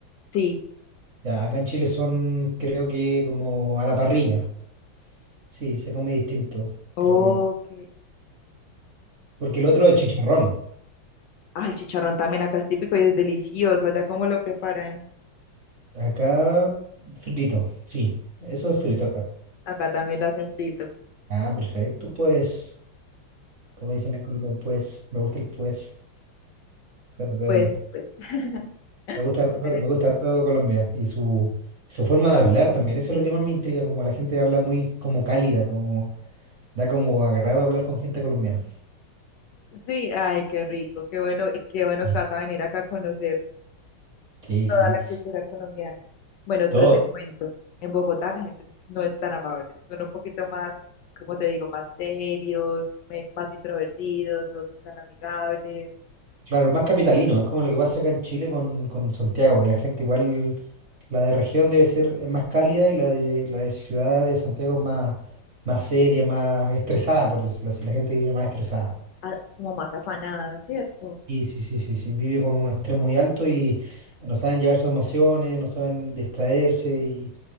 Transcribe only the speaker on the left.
Sí.
Oh,
Ok.
Ah, el chicharrón también acá es típico y es delicioso. Allá cómo lo preparan.
Acá también lo hacen frito.
Pues,
pues. <laughs>
pues,
Sí, ay, qué rico, qué bueno, y qué bueno
que vas a venir acá a conocer.
toda
la cultura colombiana. Bueno,
pero te cuento, en Bogotá la gente no es tan amable, son un poquito más, como te digo, más serios, men- más introvertidos, no son tan amigables,
ah es como más afanadas, ¿cierto?